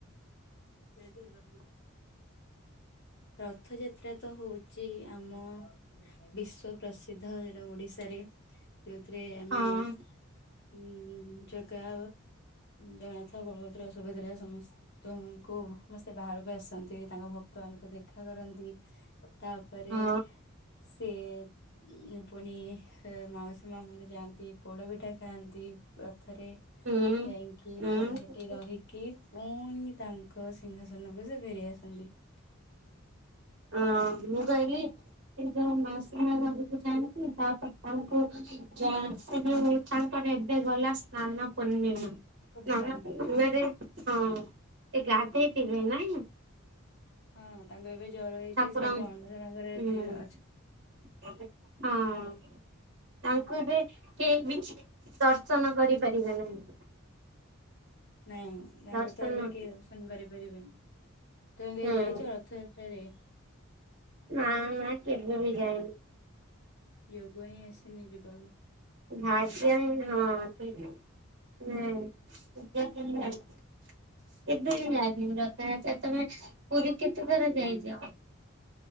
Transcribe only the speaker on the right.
ହଁ
ହଁ
ହୁଁ
ହୁଁ
ହଁ ମୁଁ କହିଲି ସେ ଯେତେବଳେ ମାଉସି ମା ଘରକୁ ଯାଆନ୍ତି ତା ପରେ ତାଙ୍କୁ <unintelligible> ସ୍ନାନପୂର୍ଣ୍ଣିମାରେ
ହଁ ସେ ଗାଧେଇଥିବେ ନା।
ଠାକୁରଙ୍କୁ
ଉଁ
ହଁ। ତାଙ୍କୁ ବି କେହି ବି ଦର୍ଶନ କରିପାରିବେ ନାହିଁ।
ଦର୍ଶନ
ହୁଁ
ନା ନା କେବେ ବି ଯାଇନି।
<unintelligible> କେବେବି ଯାଇନି ରଥଯାତ୍ରାରେ, ତମେ ପୁରୀ କେତେ ଥର ଯାଇଚ?